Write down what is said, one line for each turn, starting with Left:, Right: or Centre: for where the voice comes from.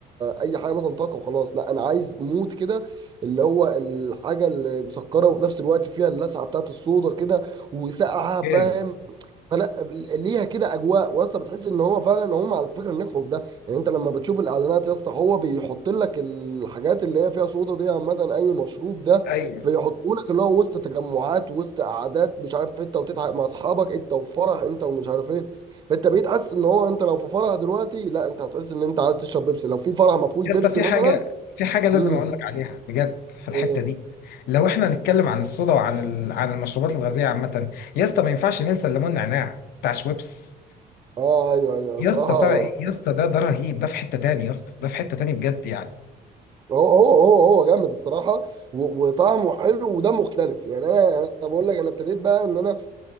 Right: اي حاجه مثلا طاقه وخلاص لا انا عايز مود كده اللي هو الحاجه اللي مسكره وفي نفس الوقت فيها اللسعه بتاعت الصودا كده وسقعه فاهم
Left: جامد
Right: فلا ليها كده اجواء واسطى بتحس ان هو فعلا هم على فكره نجحوا في ده يعني انت لما بتشوف الاعلانات يا اسطى هو بيحط لك الحاجات اللي هي فيها صودا دي عامه اي مشروب ده
Left: ايوه
Right: فيحطوا لك اللي هو وسط تجمعات وسط قعدات مش عارف إيه، انت وتضحك مع اصحابك انت وفرح انت ومش عارف ايه فانت بقيت حاسس ان هو انت لو في فرح دلوقتي لا انت هتحس ان انت عايز تشرب بيبسي لو في فرح ما فيهوش
Left: يا
Right: بيبسي
Left: اسطى في
Right: مثلا
Left: حاجه في حاجه لازم
Right: امم
Left: اقول لك عليها بجد في الحته
Right: إيه.
Left: دي لو احنا هنتكلم عن الصودا وعن ال... عن المشروبات الغازيه عامه يا اسطى ما ينفعش ننسى الليمون نعناع بتاع شويبس
Right: اه ايوه ايوه
Left: يا
Right: صراحه
Left: اسطى بتاع ايه يا اسطى ده ده رهيب ده في حته تاني يا اسطى ده في حته تاني بجد يعني
Right: هو هو هو هو جامد الصراحه و- وطعمه حلو ودمه مختلف يعني انا انا بقول لك انا ابتديت بقى ان انا